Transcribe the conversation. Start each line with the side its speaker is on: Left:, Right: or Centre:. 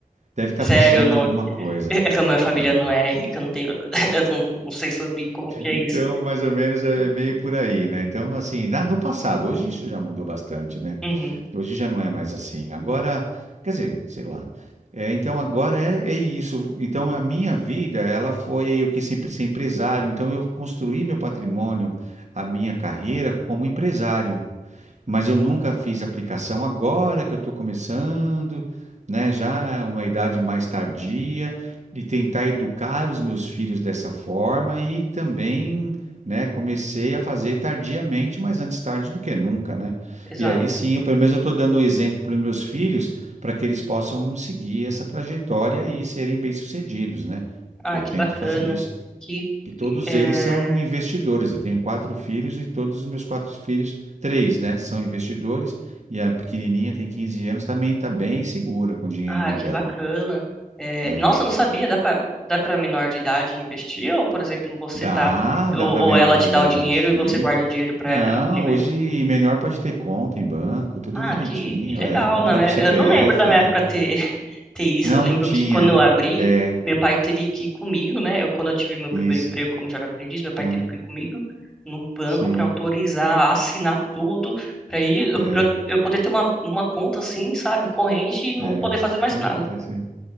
Right: Deve estar
Centre: Sério,
Right: precisando
Centre: eu não.
Right: de alguma
Centre: É
Right: coisa,
Centre: é que a minha família
Right: né?
Centre: não é rica, eu não tenho. <laughs> Eu não, não sei sobre como que é
Right: Então,
Centre: isso.
Right: mais ou menos é meio por aí, né? Então, assim, na- no passado, hoje isso já mudou bastante, né?
Centre: Uhum,
Right: Hoje já não é mais assim. Agora, quer dizer, sei lá. É, então, agora é, é isso. Então, a minha vida, ela foi eu que sempre ser empresário. Então, eu construí meu patrimônio, a minha carreira como empresário mas eu nunca fiz aplicação. Agora que eu estou começando, né, já é uma idade mais tardia, e tentar educar os meus filhos dessa forma e também, né, comecei a fazer tardiamente, mas antes tarde do que nunca, né?
Centre: exato.
Right: E aí sim, eu, pelo menos eu estou dando o exemplo para os meus filhos para que eles possam seguir essa trajetória e serem bem-sucedidos, né?
Centre: Ah,
Right: Eu
Centre: que
Right: tento
Centre: bacana.
Right: fazer isso
Centre: Que.
Right: que todos
Centre: é,
Right: eles são investidores. Eu tenho quatro filhos e todos os meus quatro filhos, três, né, são investidores. E a pequenininha tem 15 anos, também está bem segura com o dinheirinho
Centre: Ah, que
Right: dela.
Centre: bacana. É,
Right: né?
Centre: nossa, eu não sabia. Dá pra dá para menor de idade investir? Ou, por exemplo, você
Right: Dá,
Centre: tá. Ou,
Right: dá para menor
Centre: ou ela te
Right: de
Centre: dá
Right: idade
Centre: o dinheiro
Right: investir.
Centre: e você guarda o dinheiro pra
Right: Não,
Centre: aplicar.
Right: hoje menor pode ter conta em banco, tudo
Centre: Ah,
Right: direitinho,
Centre: que, que legal.
Right: é, com o
Centre: Na
Right: próprio
Centre: minha-
Right: CPF,
Centre: eu não lembro da minha
Right: é.
Centre: época ter, <laughs> ter isso.
Right: Não,
Centre: Eu lembro
Right: não tinha.
Centre: que quando eu abri,
Right: É,
Centre: meu pai teve que ir comigo, né? Eu, quando eu tive meu primeiro
Right: isso.
Centre: emprego como jovem aprendiz, meu pai
Right: é,
Centre: teve que ir comigo no banco
Right: sim,
Centre: pra autorizar, assinar tudo, pra ir, eu,
Right: é,
Centre: pra eu poder ter uma, uma conta assim, sabe, corrente e não
Right: é.
Centre: poder fazer mais
Right: Olha
Centre: nada.
Right: que interessante.